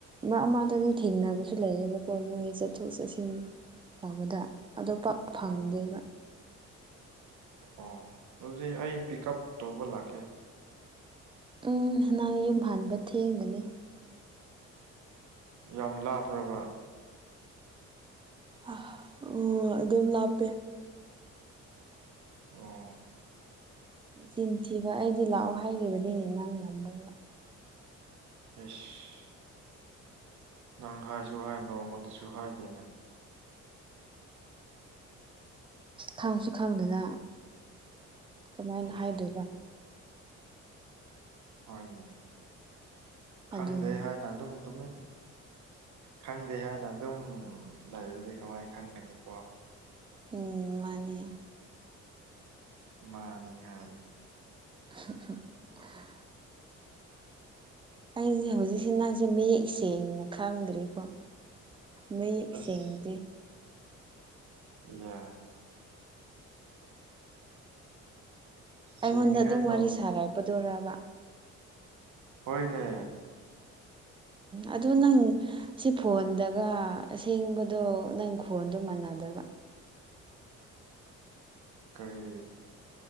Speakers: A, on the right; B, on the right.
A: ꯃꯔꯛ ꯃꯔꯛꯇꯗꯤ ꯊꯦꯡꯅꯕꯁꯨ ꯂꯩꯌꯦꯕꯀꯣ ꯃꯣꯏ ꯆꯠꯊꯣꯛ ꯆꯠꯁꯤꯟ ꯇꯧꯕꯗ ꯑꯗ ꯄꯥꯛ ꯐꯪꯗꯦꯕ
B: ꯑꯣ ꯑꯣ ꯑꯗꯨꯗꯤ ꯑꯩ ꯄꯤꯛꯀꯞ ꯇꯧꯕ ꯂꯥꯛꯀꯦ
A: ꯎꯝ ꯅꯪ ꯌꯨꯝ ꯍꯟꯕ ꯊꯦꯡꯒꯅꯤ
B: ꯌꯥꯝ ꯂꯥꯞꯄ꯭ꯔꯕ
A: ꯑꯥ ꯑꯣ ꯑꯗꯨꯝ ꯂꯥꯞꯄꯦ
B: ꯑꯣ
A: ꯆꯤꯟꯊꯤꯕ ꯑꯩꯗꯤ ꯂꯥꯛꯑꯣ ꯍꯥꯏꯔꯤꯕꯅꯦ ꯅꯪ ꯉꯝꯃꯒ
B: ꯏꯁ ꯅꯪ ꯍꯥꯏꯁꯨ ꯍꯥꯏ ꯅꯣꯡꯃꯣꯟꯇꯁꯨ ꯍꯥꯏꯗꯦ ꯅꯪ
A: ꯈꯪꯁꯨ ꯈꯪꯗꯅ ꯀꯃꯥꯏꯅ
B: ꯎꯝ
A: ꯍꯥꯏꯗꯣꯏꯕ
B: ꯍꯣꯏꯅꯦ ꯈꯪꯗꯦ
A: ꯑꯗꯨꯅꯤ
B: ꯍꯥꯏꯅ ꯑꯗꯨꯝ ꯇꯨꯃꯤꯟ ꯈꯪꯗꯦ ꯍꯥꯏꯅ ꯑꯗꯨꯝ ꯂꯩꯔꯗꯤ ꯀꯃꯥꯏ ꯈꯪꯒꯅꯤꯀꯣ
A: ꯎꯝ ꯃꯥꯅꯦ
B: ꯃꯥꯅꯤ ꯍꯥꯏ
A: <unintelligible>
B: <unintelligible>
A: ꯑꯩꯁꯦ ꯍꯧꯖꯤꯛꯁꯦ ꯅꯪꯁꯦ ꯃꯌꯦꯛ ꯁꯦꯡꯅ ꯈꯪꯗ꯭ꯔꯤꯀꯣ ꯃꯌꯦꯛ
B: ꯑꯁ
A: ꯁꯦꯡꯗ꯭ꯔꯤ
B: ꯑ <unintelligible>
A: ꯑꯩꯉꯣꯟꯗ
B: ꯁꯦꯡꯅꯤꯉꯥꯏ
A: ꯑꯗꯨꯝ ꯋꯥꯔꯤ
B: ꯇꯧ
A: ꯁꯥꯔꯛꯄꯗꯨꯔꯕ
B: ꯍꯣꯏꯅꯦ
A: ꯑꯗꯨ ꯅꯪ ꯁꯤ ꯐꯣꯟꯗꯒ ꯑꯁꯦꯡꯕꯗꯣ ꯅꯪ ꯈꯣꯟꯗꯣ ꯃꯥꯟꯅꯗꯕ
B: ꯀꯔꯤ